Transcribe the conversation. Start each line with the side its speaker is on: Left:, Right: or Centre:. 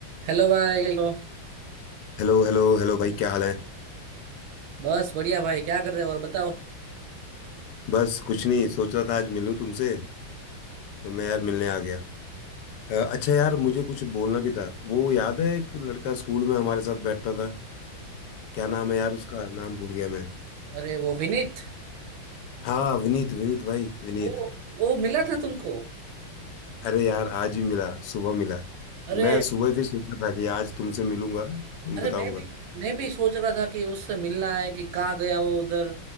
Right: Hello भाई तो
Left: हेलो हेलो हेलो भाई क्या हाल है
Right: बस बढ़िया भाई क्या कर रहे हो और बताओ
Left: बस कुछ नहीं सोच रहा था आज मिलूं तुमसे तो मैं यार मिलने आ गया अ, अच्छा यार मुझे कुछ बोलना भी था वो याद है एक लड़का स्कूल में हमारे साथ बैठता था क्या
Right: ओ,
Left: नाम है यार उसका नाम भूल गया मैं
Right: अरे वो विनीत
Left: हाँ विनीत विनीत भाई विनीत
Right: ओ वो मिला था तुमको
Left: अरे यार आज ही मिला सुबह मिला
Right: अरे
Left: मैं सुबह ही फिर सोचा था कि आज तुमसे मिलूंगा तुम
Right: अरे
Left: बताऊंगा
Right: मैं भी मैं भी सोच रहा था कि उससे मिलना है कि कहाँ गया वो उधर